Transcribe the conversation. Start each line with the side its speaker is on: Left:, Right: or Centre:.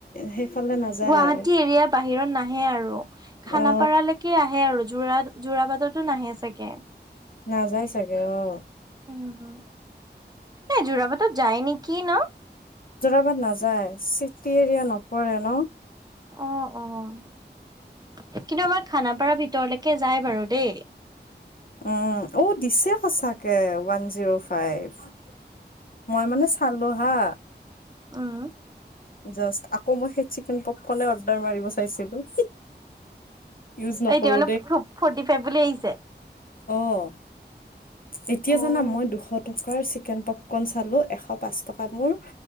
Left: সেই সেইফালে নাযায়
Right: গুৱাহাটী এৰিয়া বাহিৰত নাহে আৰু, খানাপাৰালৈকে
Left: অ
Right: আহে আৰু জৰা জোৰা পাটতো নাহে চাগে।
Left: নাযায় চাগে অ
Right: উম। এই জোৰা পাটত যায় নেকি ন?
Left: জোৰাবাট নাযায়, চিটি এৰিয়া নপৰে ন।
Right: অ অ কিন্তু আমাৰ খানাপাৰ ভিতৰলৈকে যাই বাৰু দেই।
Left: উম, অ দিছে সঁচাকে ওৱান জিৰ' ফাইভ। মই মানে চালো হা,
Right: উম।
Left: জাষ্ট আকৌ মই সেই চিকেন পক খনে অৰ্ডাৰ মাৰিব চাইছিলো। ইউজ নকৰো
Right: এতিয়া মানে ফ-ফৰ্টি ফাইভ বুলি আহিছে?
Left: অহ। এতিয়া
Right: অ'
Left: জানা মই দুশ টকাৰ চিকেন পপকণ চালোঁ, এশ পাঁচ টকা মোৰ